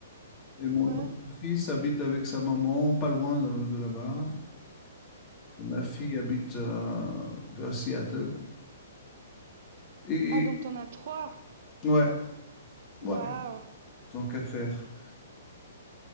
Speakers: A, on the left (about 30°); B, on the right (about 60°).
A: Et mon
B: Ouais.
A: autre fils habite avec sa maman, pas loin de, de là-bas. Et ma fille habite euh, vers Seattle. Et
B: Ah donc t'en as trois.
A: ouais, ouais,
B: Waouh.
A: tant qu'à faire.